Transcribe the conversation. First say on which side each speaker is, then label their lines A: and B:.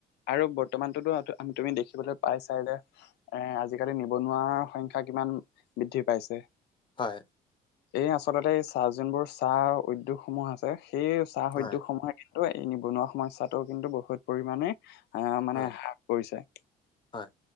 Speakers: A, on the left; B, on the left.
A: আৰু বৰ্তমানটোতো তুমি দেখিবলৈ পাইচাই যে এ, আজিকালি নিবনুৱাৰ সং। সংখ্যা কিমান বৃদ্ধি পাইছে।
B: হয়।
A: এই আচলতে চাহ যোনবোৰ চাহ উদ্যোগ সমূহ আছে সেই চাহ
B: হয়
A: উদ্যোগ সমূহে। কিন্তু এই নিবনুৱা সমস্যাটো কিন্তু বহুত পৰিমানে আহ, মানে
B: হয়
A: হ্ৰাস কৰিছে।
B: হয়।